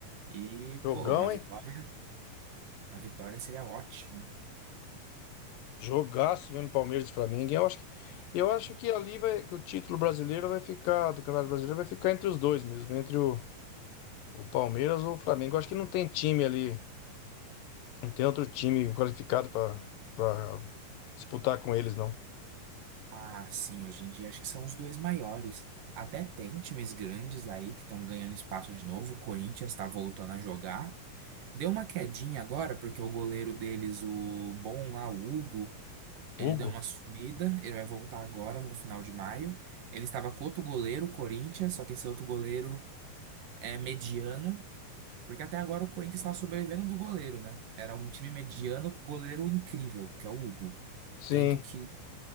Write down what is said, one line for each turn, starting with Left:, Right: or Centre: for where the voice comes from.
Right: E,
Left: Jogão,
Right: pô, uma vitória,
Left: hein?
Right: a vitória seria ótima.
Left: Jogaço mesmo Palmeiras e Flamengo. Eu acho que, eu acho que ali vai, que o título brasileiro vai ficar, do Campeonato Brasileiro vai ficar entre os dois mesmo, entre o, o Palmeiras ou o Flamengo. Eu acho que não tem time ali, não tem outro time qualificado para para disputar com eles, não.
Right: Ah, sim, hoje em dia acho que são os dois maiores. Até tem times grandes aí que estão ganhando espaço de novo. O Corinthians está voltando a jogar. Deu uma quedinha agora, porque o goleiro deles, o bom lá, o Hugo. Ele
Left: Hugo?
Right: deu uma sumida, ele vai voltar agora no final de maio. Ele estava com outro goleiro, o Corinthians, só que esse outro goleiro é mediano, porque até agora o Corinthians estava sobrevivendo do goleiro, né? Era um time mediano com goleiro incrível, que é o Hugo.
Left: Sim,
Right: Tanto que